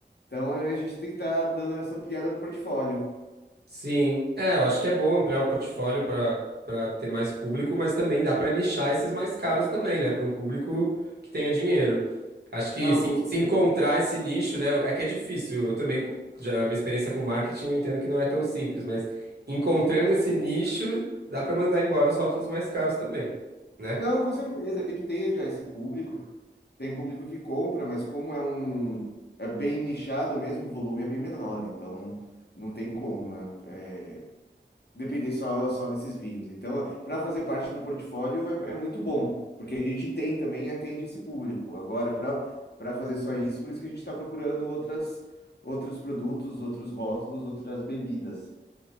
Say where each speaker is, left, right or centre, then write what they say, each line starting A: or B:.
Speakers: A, on the left; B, on the right.
A: Então a gente tem que estar dando essa ampliada do portfólio.
B: Sim, é, eu acho que é bom ampliar o portfólio para para ter mais público, mas também dá para nichar esses mais caros também, né, para um público que tenha dinheiro. Acho que
A: Não,
B: se,
A: com certeza.
B: se encontrar esse nicho, né, é que é difícil. Eu também, co- já minha experiência com marketing, eu entendo que não é tão simples, mas encontrando esse nicho, dá para mandar embora os rótulos mais caros também, né?
A: Não, com certeza, ele tem já esse público. Tem um público que compra, mas como é um é bem nichado mesmo, o volume é bem menor, então não tem como, né? É, depender só, só desses vinhos. Então, para fazer parte do portfólio é, é muito bom, porque a gente tem também e atende esse público. Agora, para para fazer só isso, por isso que a gente está procurando outras outros produtos, outros rótulos, outras bebidas,